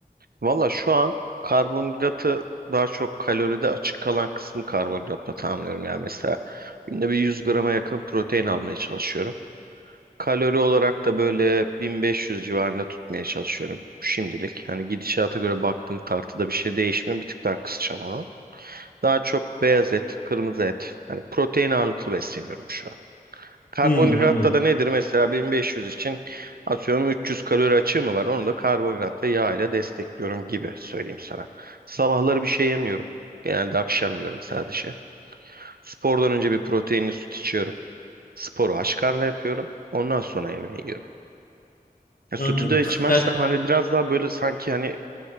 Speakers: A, on the right (about 75°); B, on the left (about 65°).
A: Valla şu an karbonhidratı daha çok kaloride açık kalan kısmı karbonhidratla tamamlıyorum. Yani mesela günde bir 100 grama yakın protein almaya çalışıyorum. Kalori olarak da böyle 1500 civarında tutmaya çalışıyorum şimdilik. Hani gidişata göre baktım tartıda bir şey değişmiyor. Bir tık daha kısacağım onu. Daha çok beyaz et, kırmızı et. Hani protein ağırlıklı besleniyorum şu an. Karbonhidratta
B: Hmm, anladım.
A: da nedir? Mesela 1500 için atıyorum 300 kalori açığı mı var? Onu da karbonhidratta yağ ile destekliyorum gibi söyleyeyim sana. Sabahları bir şey yemiyorum. Genelde akşam yiyorum sadece. Spordan önce bir proteinli süt içiyorum. Sporu aç karnına yapıyorum. Ondan sonra yemeği yiyorum. Ya sütü
B: Anladım.
A: de içmezsem
B: Ya,
A: hani biraz daha böyle sanki hani